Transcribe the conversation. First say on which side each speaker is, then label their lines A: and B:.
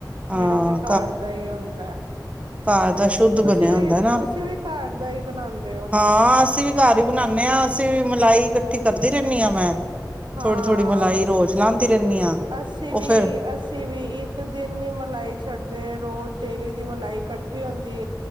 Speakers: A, on the right (about 15°); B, on the right (about 90°).
A: ਹਾਂ
B: ਮੇਰਾ ਤੇ ਘਰ ਦਾ ਹੀ ਹੁੰਦਾ
A: ਘ ਤਾਂ ਸ਼ੁੱਧ
B: ਤੁਸੀਂ
A: ਬਣਿਆ
B: ਵੀ
A: ਹੁੰਦਾ ਨਾ
B: ਤੁਸੀਂ ਵੀ ਘਰ ਦਾ ਹੀ ਬਣਾਉਂਦੇ ਹੋ
A: ਹਾਂ ਅਸੀਂ ਵੀ ਘਰ ਹੀ ਬਣਾਉਦੇ ਹਾਂ ਅਸੀਂ ਵੀ ਮਲਾਈ ੀ ਕਰਦੀ ਰਹਿੰਦੀ ਹਾਂ ਮੈਂ
B: ਹਾਂ
A: ਥੋੜ੍ਹੀ ਥੋੜ੍ਹੀ ਮਲਾਈ ਰੋਜ਼ ਲਾਉਂਦੀ ਰਹਿੰਦੀ ਹਾਂ
B: ਅਸੀਂ
A: ਉਹ
B: ਵੀ
A: ਫਿਰ
B: ਅਸੀਂ ਵੀ ਇੱਕ ਦਿਨ ਨ ਮਲਾਈ ਛੱਡਦੇ ਰੋਜ਼ ਤੇਲੀ ਦੀ ਮਲਾਈ ਇਕੱਠੀ ਹੁੰਦੀ